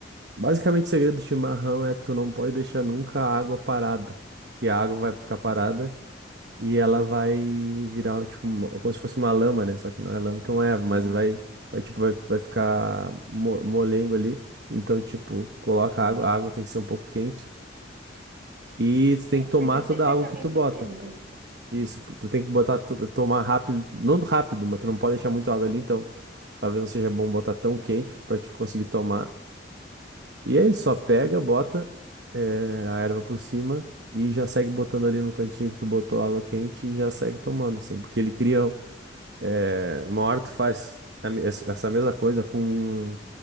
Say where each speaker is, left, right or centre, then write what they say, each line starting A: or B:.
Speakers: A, on the right; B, on the right.
A: basicamente o segredo do chimarrão é tu não pode deixar nunca a água parada, que a água vai ficar parada e ela vai virar tipo uma- como se fosse uma lama, né? Só que não é lama que é uma erva, mas
B: Ah,
A: vai vai tipo vai, vai ficar mo- molengo ali. Então, tipo, coloca
B: sim.
A: a água, a água tem que ser um pouco quente e tu tem
B: É,
A: que tomar
B: porque eu
A: toda
B: sempre
A: a
B: acabo
A: água que
B: entupindo.
A: tu bota. Isso, p- tu tem que botar, tu- tomar rápido, não rápido, mas tu não pode deixar muita água ali, então talvez não seja bom botar tão quente pra te conseguir tomar. E aí, só pega, bota eh, a erva por cima e já segue botando ali no cantinho que tu botou água quente e já segue tomando, assim, porque ele cria, eh, uma hora tu faz a me- es- essa mesma coisa com